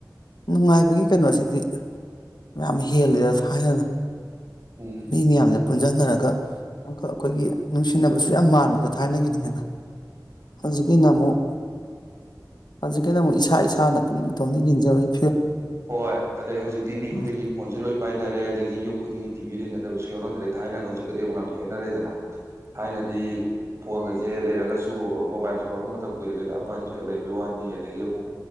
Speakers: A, on the left; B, on the right.
A: ꯅꯨꯡꯉꯥꯏꯕꯒꯤ ꯀꯩꯅꯣꯁꯤꯗꯤ ꯃꯌꯥꯝ ꯍꯦꯜꯂꯤꯗ ꯊꯥꯏꯅꯅ
B: ꯎꯝ
A: ꯅ ꯃꯤ ꯑꯖ ꯄꯨꯟꯁꯤꯟꯅꯔꯒ ꯑꯃꯈꯛ ꯑꯩꯈꯣꯏꯒꯤ ꯅꯨꯡꯁꯤꯅꯕꯁꯨ ꯌꯥꯝ ꯃꯥꯟꯕꯗꯣ ꯊꯥꯏꯅꯒꯤꯅꯤꯅ ꯍꯧꯖꯤꯛꯀꯤꯅ ꯑꯃꯨꯛ ꯍꯧꯖꯤꯛꯀꯤꯅ ꯑꯃꯨꯛ ꯏꯁꯥ ꯏꯁꯥꯅ ꯑꯗꯨꯝ ꯏꯇꯣꯝꯇ ꯌꯦꯟꯖꯕꯒꯤ
B: ꯍꯣꯏ ꯑꯗꯩ ꯍꯧꯖꯤꯛꯇꯤ ꯃꯤ
A: ꯎꯝ
B: ꯈꯨꯗꯤꯡꯒꯤ ꯐꯣꯟꯁꯨ ꯂꯣꯏ ꯄꯥꯏꯅꯔꯦ ꯑꯗꯒꯤ ꯌꯨꯝ ꯈꯨꯗꯤꯡꯒꯤ ꯇꯤꯚ ꯂꯩꯅꯔꯦ ꯌꯣꯟꯅꯗ꯭ꯔꯦ ꯊꯥꯏꯅꯒ ꯍꯧꯖꯤꯛ ꯀꯗꯤꯛ ꯌꯥꯝ ꯈꯦꯠꯅꯔꯦꯗꯅ ꯊꯥꯏꯅꯗꯤ ꯐꯣꯟꯒꯁꯦ ꯂꯩꯔꯒꯁꯨ ꯃꯣꯕꯥꯏꯜ ꯊꯣꯛꯂꯛꯄ ꯃꯇꯝ ꯀꯨꯏꯗꯒꯩꯗ ꯑꯃ ꯑꯅꯤꯈꯛ ꯂꯩꯕꯒꯤ ꯋꯥꯅꯤ ꯑꯗꯒꯤ ꯑꯃꯨꯛ